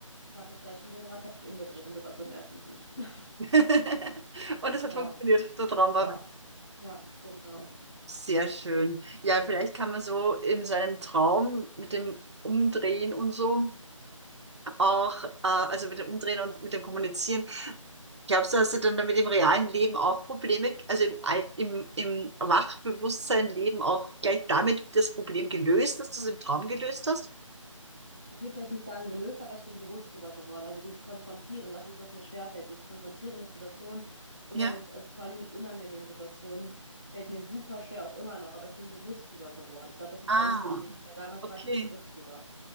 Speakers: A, in the centre; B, on the right.
A: Ich habe das gleich wieder gemacht, ich habe mich umgedreht und gesagt, so nerv mich nicht. <laughs>
B: <laughs> Und es hat
A: Ja,
B: funktioniert. Der Traum
A: ja,
B: war weg.
A: ja, genau.
B: Sehr schön. Ja, vielleicht kann man so in seinem Traum mit dem Umdrehen und so auch, äh, also mit dem Umdrehen und mit dem Kommunizieren. Glaubst du, hast du dann damit im realen Leben auch Probleme, also im, Al- im, im Wachbewusstsein Leben auch gleich damit das Problem gelöst, dass du es im Traum gelöst hast?
A: Ich würde vielleicht nicht sagen gelöst, aber ich bin bewusst drüber geworden. Also dieses Konfrontieren, das ist, was mir schwerfällt. Dieses Konfrontieren mit Situationen oder
B: Ja.
A: mit, also vor allen Dingen mit unangenehmen Situationen, fällt mir super schwer auch immer noch, aber ich bin bewusst drüber geworden. Ich glaube, das ist
B: Ah,
A: der Unterschied, weil damals
B: okay.
A: war ich nicht bewusst drüber.